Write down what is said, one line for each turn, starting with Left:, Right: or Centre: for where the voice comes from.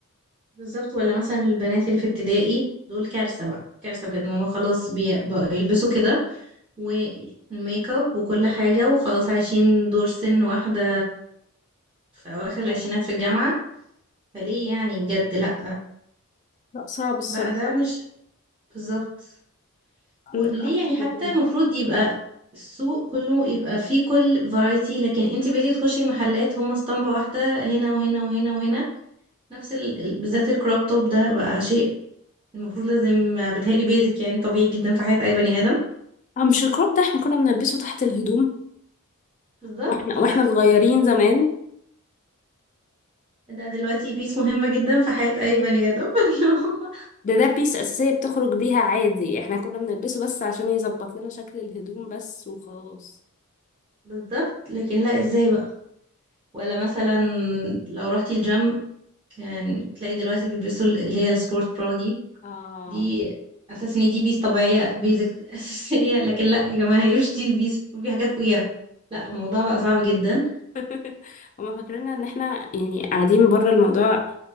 Right: بالظبط ولا مثلا البنات اللي في ابتدائي دول كارثة بقى كارثة بجد ماما خلاص بي- بقوا يلبسوا كده والميك اب وكل حاجة وخلاص عايشين دور سن واحدة في أواخر العشرينات في الجامعة فليه يعني بجد لأ
Left: لا صعب الصراحة
Right: بقى ده مش بالظبط و-
Left: لا،
Right: ليه يعني
Left: مش بحبه.
Right: حتى المفروض يبقى السوق كله يبقى فيه كل فرايتي لكن انت بقيتي تخشي المحلات هم اسطمبة واحدة هنا وهنا وهنا وهنا نفس ال... ال- بالذات الكروب توب ده بقى شيء المفروض لازم بتهيألي بيزك يعني طبيعي جدا في حياة أي بني آدم
Left: اه مش الكروب ده احنا كنا بنلبسه تحت الهدوم
Right: بالظبط
Left: واحنا واحنا
Right: لا
Left: صغيرين زمان
Right: ده دلوقتي بيس مهمة جدا في حياة أي بني آدم <laughs> إن هو-
Left: ده ده بيس أساسية بتخرج بيها عادي احنا كنا بنلبسه بس عشان يظبط لنا شكل الهدوم بس وخلاص
Right: بالظبط لكن لا ازاي بقى ولا مثلا لو رحتي الجيم كان تلاقي دلوقتي بيلبسوا اللي هي السبورت برا دي
Left: اه
Right: دي اساس ان دي بيس طبيعيه بيزك <laughs> اساسيه لكن لا يا جماعه هي مش دي البيس في حاجات فوقيها لا الموضوع بقى صعب جدا
Left: <laughs> هما فاكرين ان احنا يعني قاعدين بره الموضوع